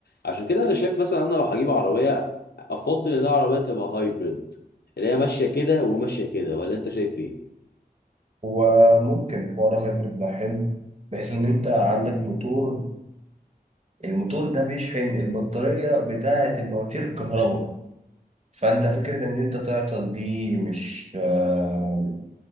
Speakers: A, on the left; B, on the right.
A: عشان كده أنا شايف مثلا أنا لو هجيب عربية أفضل إن العربية تبقى هايبريد اللي هي ماشية كده وماشية كده ولا أنت شايف إيه؟
B: هو ممكن حوار هايبرد ده حلو بحيث ان انت عندك موتور الموتور ده بيشحن البطارية بتاعة المواتير الكهرباء فانت فكره ان انت تعطل دي مش آه،